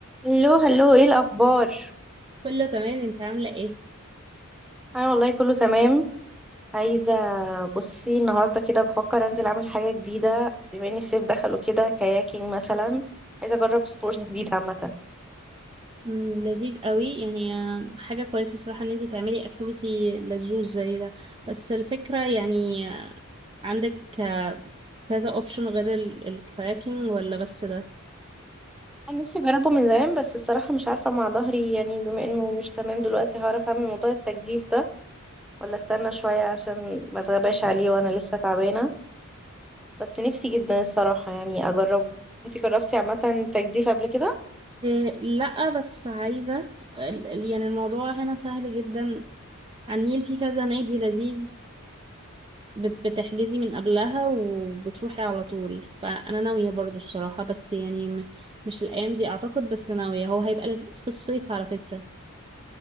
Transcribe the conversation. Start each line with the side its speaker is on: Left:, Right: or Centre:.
Centre: هلو هلو ايه الاخبار
Right: كله تمام انت عاملة ايه؟
Centre: انا والله كله تمام عايزه بصي النهارده كده بفكر انزل اعمل حاجه جديده بما ان الصيف دخل وكده كاياكينج مثلا عايزه اجرب سبورتس
Right: اه
Centre: جديد عامه
Right: مم، لذيذ قوي يعني آه، حاجة كويسة الصراحة ان انتي تعملي اكتيفيتي لذوذ زي ده بس الفكرة يعني آه، عندك آه، كذا اوبشن غير ال- الكراكنج ولا بس ده؟
Centre: انا نفسي اجربه من زمان بس الصراحه مش عارفه مع ظهري يعني بما انه مش تمام دلوقتي هعرف اعمل موضوع التجديف ده ولا استنى شويه عشان ما اتغباش عليه وانا لسه تعبانه بس نفسي جدا الصراحه يعني اجربه انتي جربتي عامه تجديف قبل كده
Right: إيه لا بس عايزة ال- ال- يعني الموضوع هنا سهل جدا على النيل في كذا نادي لذيذ بت- بتحجزي من قبلها وبتروحي على طول فأنا ناوية برضو الصراحة بس يعني م- مش الأيام دي أعتقد بس ناوية هو هيبقى لذيذ في الصيف على فكرة